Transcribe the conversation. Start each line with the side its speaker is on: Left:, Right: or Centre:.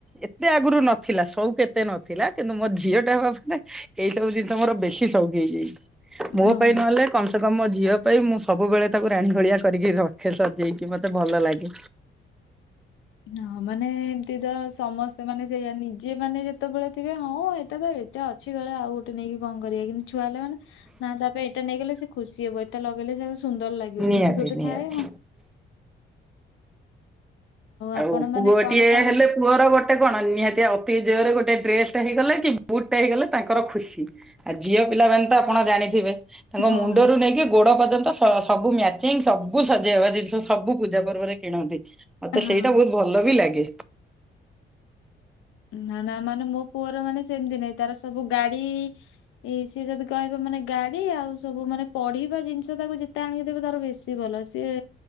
Centre: ଏତେ ଆଗରୁ ନଥିଲା ସଉକ୍ ଏତେ ନଥିଲା କିନ୍ତୁ ମୋର ଝିଅ ଟା ହବା ଫରେ ଏଇ ସବୁ ଜିନଷ ମୋର ବେଶୀ ସଉକ୍ ହେଇଯାଇଚି। ମୋ
Left: ହଉ
Centre: ପାଇଁ ନହେଲେ କମ ସେ କମ୍ ମୋ ଝିଅ ପାଇଁ ମୁଁ ସବୁବେଳେ ତାକୁ ରାଣି ଭଳିଆ କରିକି ରଖେ ସଜେଇକି ମତେ ଭଲ ଲାଗେ।
Left: ହଁ ମାନେ ଏମିତି ସମସ୍ତେ ମାନେ ସେଇଆ ନିଜେ ମାନେ ଯେତେବେଳେ ଥିବେ ହଁ ଏଇଟା ତ ଏ ଟା ଅଛି ଘରେ ଆଉ ଗୋଟେ ନେଇକି କଣ କରିଆ କିନ୍ତୁ ଛୁଆ ହେଲେ ମାନେ ନାଁ ତାପାଇଁ ଏଇଟା ନେଇଗଲେ ସେ ଖୁସି ହେବ ଏଟା ଲଗେଇଲେ ତାକୁ ସୁନ୍ଦର୍ ଲାଗିବ
Centre: ନିହାତି
Left: ଏମିତି ଗୋଟେ
Centre: ନିହାତି।
Left: ଥାଏ ହଁ ଆପଣ
Centre: ଆଉ
Left: ମାନେ
Centre: ପୁଅ
Left: କଣ
Centre: ଟିଏ
Left: କଣ
Centre: ହେଲେ ପୁଅର ଗୋଟେ କଣ ନିହାତି ଅତି ଜୋରେ ଗୋଟେ ଡ୍ରେସ ଟା ହେଇଗଲେ କି ବୁଟ୍ ଟେ ହେଇଗଲେ ତାଙ୍କର ଖୁସି। ଆ ଝିଅ ପିଲାମାନେ ତ ଆପଣ ଜାଣିଥିବେ। ତାଙ୍କ
Left: ହଁ
Centre: ମୁଣ୍ଡରୁ ନେଇକି ଗୋଡ ପର୍ଯ୍ୟନ୍ତ ସ ତ ସବୁ ମ୍ୟାଚିଂ ସବୁ ସଜେଇହବା ଜିନ୍ଷ ସବୁ ପୂଜା ପର୍ବରେ କିଣନ୍ତି। ମତେ
Left: ହଁ।
Centre: ସେଇଟା ବହୁତ୍ ଭଲ ବି ଲାଗେ।
Left: ନାଁ ନାଁ ମାନେ ମୋ ପୁଅର ମାନେ ସେମିତି ନାଇଁ ତାର ସବୁ ଗାଡି ଇ ସିଏ ଯଦି କହିବ ମାନେ ଗାଡି ଆଉ ସବୁ ମାନେ ତଡିବା ଜିନ୍ଷ ତାକୁ ଯେତେ ଆଣିକି ଦେବେ ତାର ବେଶ୍ ତି ଭଲ ସିଏ